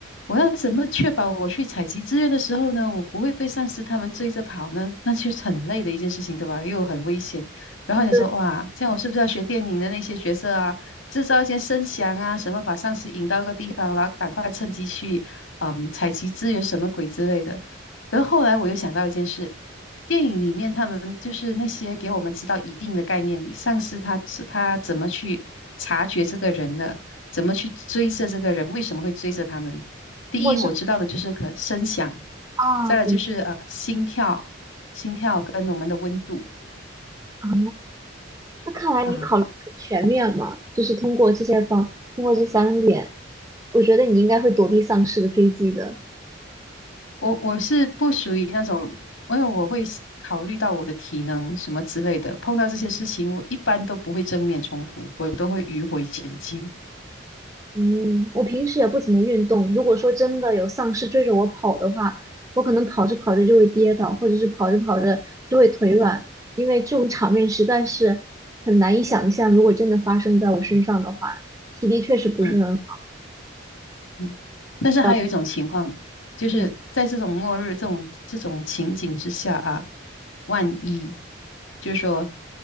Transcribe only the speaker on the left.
我要怎么确保我去采集资源的时候呢，我不会被丧尸他们追着跑呢？那其实很累的一件事情，对吧？又很危险。然后你说哇，
这样我是不是要学电影的那些角色啊，制造一些声响啊，什么把丧尸引到一个地方，然后赶快趁机去嗯采集资源什么鬼之类的。可是后来我又想到一件事，电影里面他们就是那些给我们知道一定的概念里，上司他他怎么去察觉这个人的，怎么去追着这个人，为什么会追着他们？第一，
我知道的就是可声响，
再来就是呃心跳，
心跳跟我们的温度
啊，
我我是不属于那种，因为我会思考虑到我的体能什么之类的，碰到这些事情，我一般都不会正面冲突，我都会迂回前进。
嗯。嗯，但是还有一种情况，
就是在这种末日、
这种这种情景之下啊，万一就是说